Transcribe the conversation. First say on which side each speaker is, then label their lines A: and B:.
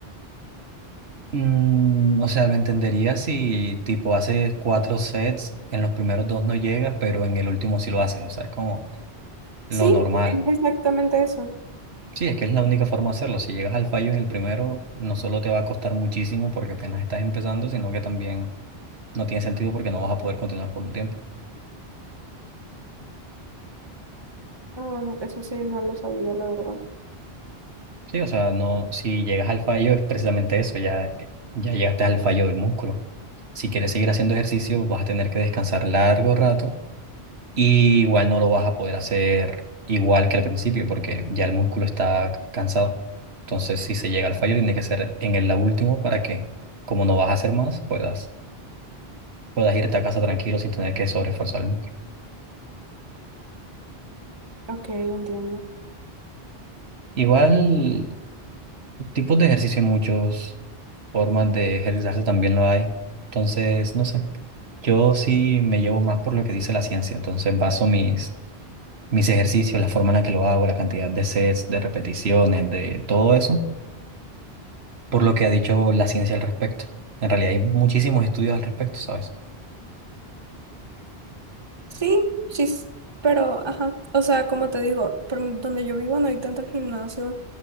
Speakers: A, on the right; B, on the right.
A: Mm, o sea, lo entendería si tipo haces cuatro sets, en los primeros dos no llegas, pero en el último sí lo haces. O sea, es como
B: Sí,
A: lo normal.
B: es exactamente eso.
A: Sí, es que es la única forma de hacerlo. Si llegas al fallo en el primero, no solo te va a costar muchísimo porque apenas estás empezando, sino que también no tiene sentido porque no vas a poder continuar por un tiempo.
B: Ah, bueno, eso sí, no lo sabía, la verdad.
A: Sí, o sea, no, si llegas al fallo es precisamente eso, ya, ya llegaste al fallo del músculo. Si quieres seguir haciendo ejercicio, vas a tener que descansar largo rato y igual no lo vas a poder hacer igual que al principio porque ya el músculo está cansado. Entonces, si se llega al fallo, tiene que ser en el la último para que, como no vas a hacer más, puedas, puedas irte a casa tranquilo sin tener que sobreesforzar el músculo.
B: Ok, entiendo.
A: Igual, tipos de ejercicio hay muchos. formas de ejercitarse también lo hay. Entonces, no sé, yo sí me llevo más por lo que dice la ciencia, entonces baso mis, mis ejercicios, la forma en la que lo hago, la cantidad de sets, de repeticiones, de todo eso, por lo que ha dicho la ciencia al respecto. En realidad hay muchísimos estudios al respecto, ¿sabes?
B: Sí, sí, s- pero, ajá, o sea, como te digo, por m- donde yo vivo no hay tantos gimnasios,